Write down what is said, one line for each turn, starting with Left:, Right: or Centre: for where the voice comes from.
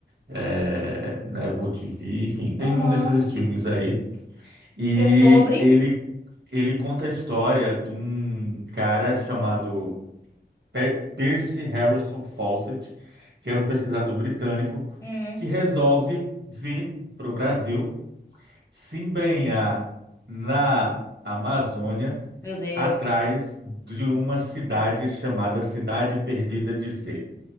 Right: é, na Apple TV, enfim, tem
Left: aham.
Right: um desses streamings aí. E
Left: E é sobre?
Right: ele, ele conta a história de um cara chamado Per- Percy Harrison Fawcett, que era um pesquisador britânico,
Left: Hum.
Right: que resolve vir para o Brasil se embrenhar na Amazônia
Left: Meu Deus.
Right: atrás de uma cidade chamada Cidade Perdida de Z.